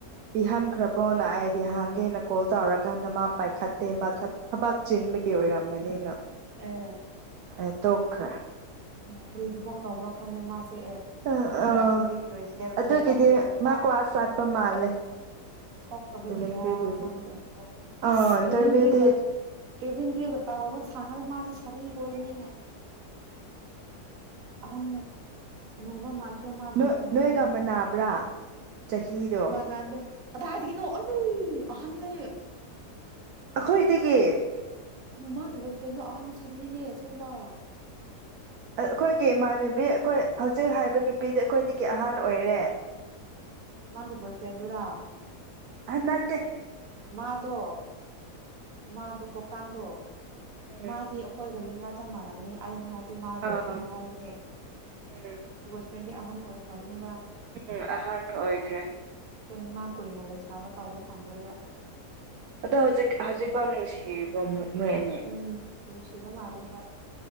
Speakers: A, on the right; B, on the right.
A: ꯄꯤꯍꯟꯈ꯭ꯔꯕꯣꯅ ꯑꯩꯗꯤ ꯍꯥꯡꯒꯦꯅ ꯀꯣꯜ ꯇꯧꯔꯀꯥꯟꯗ ꯃꯥ ꯄꯥꯏꯈꯠꯇꯦ ꯃꯥ ꯊꯕꯛ ꯆꯤꯟꯕꯒꯤ ꯑꯣꯏꯔꯝꯒꯅꯤꯅ
B: ꯑꯦ
A: ꯑꯩ ꯇꯣꯈ꯭ꯔ
B: ꯎ ꯀꯔꯤ ꯊꯕꯛ ꯇꯧꯕ꯭ꯔꯥ ꯈꯪ ꯃꯥꯁꯦ
A: ꯑꯥ
B: ꯀꯦꯄ ꯀꯣꯁꯤꯗ ꯏꯟꯇꯔꯦꯁ
A: ꯑꯗꯨꯒꯤꯗꯤ
B: ꯇꯕ ꯑꯗꯨꯣ ꯄꯥꯛ
A: ꯃꯥ ꯀ꯭ꯂꯥꯁ ꯆꯠꯄ ꯃꯥꯜꯂꯦ
B: ꯊꯣꯛ ꯊꯣꯛꯇꯕꯒꯤꯦꯔ
A: ꯗꯦꯕꯦꯟꯀ꯭ꯔꯤꯒꯤꯗꯤ
B: ꯈꯪꯗꯦ
A: ꯑꯥ
B: ꯑꯁ
A: ꯏꯟꯇꯔꯚꯤꯌꯨꯗꯤ
B: ꯀꯤꯃꯤꯡ ꯀ꯭ꯕ ꯀꯦꯚꯤꯟꯒ꯭ꯔꯤꯕꯕꯨ ꯇꯥꯎꯍꯕ ꯁꯥꯡꯅꯔ ꯃꯥꯗꯤ ꯁꯔꯤꯈꯣꯏ ꯃꯤꯅ ꯑꯍꯟꯅꯣꯡꯧꯕ ꯃꯥ ꯀꯦ ꯃꯥ
A: ꯅꯣꯏ
B: ꯣꯏ ꯐ꯭ꯔꯦꯟꯗꯣ
A: ꯅꯣꯏꯒ ꯃꯅꯥꯕ꯭ꯔꯥ ꯆꯍꯤꯗꯣ
B: ꯃꯥꯟꯅꯗꯦ ꯀꯗꯥꯏꯗꯒꯤꯅꯣ ꯑꯂꯨ ꯑꯍꯟꯅ
A: ꯑꯩꯈꯣꯏꯗꯒꯤ
B: ꯎ ꯃꯥꯒꯤ ꯕꯣꯏ ꯐ꯭ꯔꯦꯟꯗꯣ ꯑꯍꯥꯟꯕꯗ ꯁꯔꯤꯅꯦ ꯑꯁꯦꯡꯕ
A: ꯑꯩꯈꯣꯏꯒꯤ ꯏꯃꯥꯟꯅꯕꯤ ꯑꯩꯈꯣꯏ ꯍꯧꯖꯤꯛ ꯍꯥꯏꯕ ꯅꯨꯄꯤꯗꯤ ꯑꯩꯈꯣꯏꯗꯒꯤ ꯑꯍꯥꯟ ꯑꯣꯏꯔꯦ
B: ꯃꯥꯒꯤ ꯕꯣꯏ ꯐ꯭ꯔꯦꯟꯗꯨꯔꯥ
A: ꯑꯅꯠꯇꯦ
B: ꯃꯥꯗꯣ ꯃꯥꯗꯣ ꯀꯣꯛꯇꯥꯡꯗꯣ
A: ꯎꯝ
B: ꯃꯥꯗꯤ ꯑꯩꯈꯣꯏ ꯂꯒꯥ ꯆꯞ ꯃꯥꯟꯅꯒꯅꯤ ꯑꯩꯅ ꯍꯥꯏꯕꯗꯤ ꯃꯥꯏ ꯕꯣꯏ
A: ꯑꯥ
B: ꯐ꯭ꯔꯦꯟ ꯍꯥꯏꯕꯅꯦ
A: ꯎꯝ
B: ꯇ꯭ꯋꯦꯟꯇꯤ ꯑꯍꯟ ꯑꯣꯏꯈ꯭ꯔꯕꯅꯦꯕ
A: ꯎꯝ ꯑꯍꯥꯟ ꯑꯣꯏꯈ꯭ꯔꯦ
B: ꯇꯣꯏꯅꯦ ꯃꯥ ꯀꯨꯏꯅ ꯂꯩꯁꯥꯕ ꯇꯧꯕ ꯐꯪꯔꯣꯏꯕ
A: ꯑꯗꯣ ꯍꯧꯖꯤꯛ ꯍꯧꯖꯤꯛꯐꯥꯎ ꯅꯨꯡꯁꯤꯔꯤꯕ ꯃꯣꯏ ꯑꯅꯤ
B: ꯎꯝ ꯅꯨꯡꯁꯤꯕ ꯃꯥꯜꯂꯦ ꯍꯣꯏ